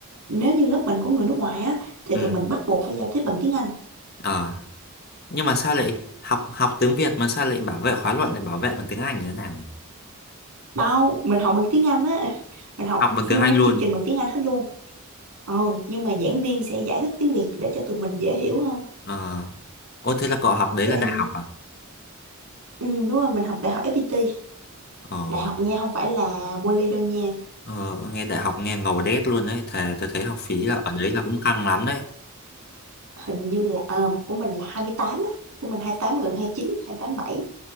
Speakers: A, on the right; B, on the left.
A: nếu như lớp mình có người nước ngoài á thì
B: ừ
A: tụi mình bắt buộc phải giao tiếp bằng tiếng Anh
B: ờ nhưng mà sao lại học học tiếng Việt mà sao lại bảo vệ khóa luận lại bảo vệ bằng tiếng Anh như thế nào nhỉ
A: đâu mình học bằng tiếng Anh á <laughs> mình học
B: học bằng tiếng
A: full
B: Anh luôn
A: chương trình bằng tiếng Anh hết luôn ừ nhưng mà giảng viên sẽ giải thích tiếng Việt để cho tụi mình dễ hiểu hơn
B: ờ ôi thế là cậu học đấy
A: kiểu
B: là
A: là
B: đại
A: như
B: học à
A: ừ đúng rồi mình học đại học FPT
B: ờ,
A: đại học nha không phải là poly đâu nha
B: ờ nghe đại học nghe ngầu đét luôn đấy thề tôi thấy học phí là ở đấy là cũng căng lắm đấy
A: hình như là ờ, của mình là 28 á. của mình 28 gần 29 tám bảy